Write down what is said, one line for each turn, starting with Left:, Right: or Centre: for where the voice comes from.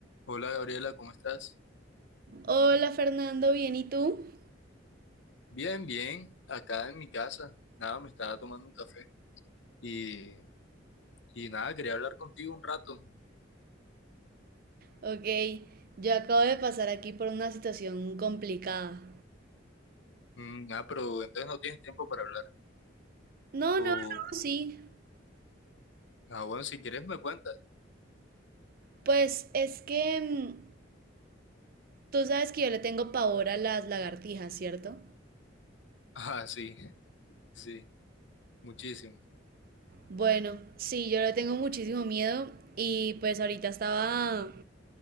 Left: Hola Gabriela, ¿cómo estás?
Right: Hola Fernando, ¿bien y tú?
Left: Bien, bien, acá en mi casa. Nada, me estaba tomando un café y, y nada, quería hablar contigo un rato.
Right: Ok, yo acabo de pasar aquí por una situación complicada.
Left: Mm, ah, pero entonces no tienes tiempo para hablar.
Right: No,
Left: O,
Right: no, no, sí.
Left: ah, bueno, si quieres me cuentas. <laughs>
Right: Pues es que mm, tú sabes que yo le tengo pavor a las lagartijas, ¿cierto?
Left: Ah, sí, sí, muchísimo.
Right: Bueno, sí, yo le tengo muchísimo miedo y pues ahorita estaba